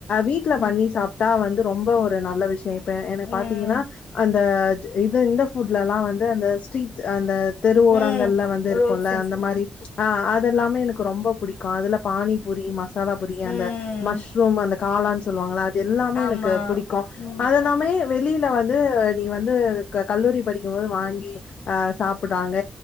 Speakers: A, on the left (about 60°); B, on the left (about 75°).
A: வீ்ட்ல
B: ம்
A: பண்ணி சாப்ப <unintelligible> வந்து ரொம்ப ஒரு நல்ல விஷயம் இப்ப என்னைய பாத்தீங்கன்னா
B: ம்
A: அந்த இது இந்த ஃபுட்லல்லாம் வந்து அந்த ஸ்ட்ரீட் அந்த தெரு
B: ம்
A: ஓரங்கள்ல வந்து இருக்கும்ல
B: ரோட் சைட்
A: அந்த மாரி ஆ அதுல்லாமே எனக்கு ரொம்ப புடிக்கும் அதுல பானிபூரி மச மாலா புரி
B: ம்
A: அந்த மஷ்ரூம் அந்த காளான்னு சொல்லுவாங்களா அது எல்லாமே
B: ஆமா
A: எனக்கு புடிக்கும்
B: ம்
A: அத எல்லாமே யே வெளில வந்து நீ வந்து கல்லூரி படிக்கும்போது வாங்கி அ சாப்படுறாங்க